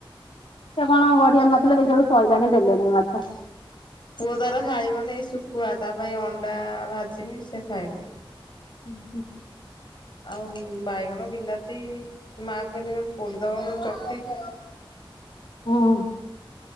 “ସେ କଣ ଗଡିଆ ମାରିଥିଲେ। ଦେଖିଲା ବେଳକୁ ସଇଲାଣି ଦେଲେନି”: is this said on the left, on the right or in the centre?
Left